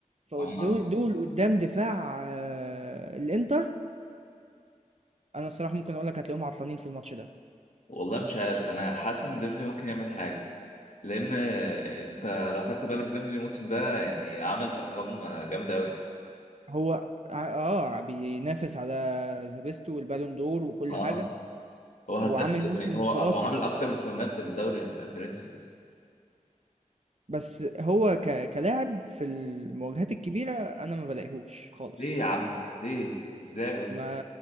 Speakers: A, on the right; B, on the left.
A: فدول
B: اه
A: دول قدام دفاع آه، الانتر انا الصراحه ممكن اقول لك هتلاقيهم عطلانين في الماتش ده
B: والله مش عارف انا حاسس ان ديمبلي ممكن يعمل حاجه لان انت لو خدت بالك ديمبلي الموسم ده يعني عامل ارقام جامده قوي
A: هو ع- اه بينافس على زابيستو والبالون دور وكل
B: اه
A: حاجه
B: هو هداف
A: وعامل
B: يعني
A: موسم
B: هو هو
A: خرافي
B: عامل اكتر مساهمات في الدوري الفرنسي بس
A: بس هو ك... كلاعب في المواجهات الكبيره انا ما بلاقيهوش خالص
B: ليه يا عم ليه ازاي بس
A: ما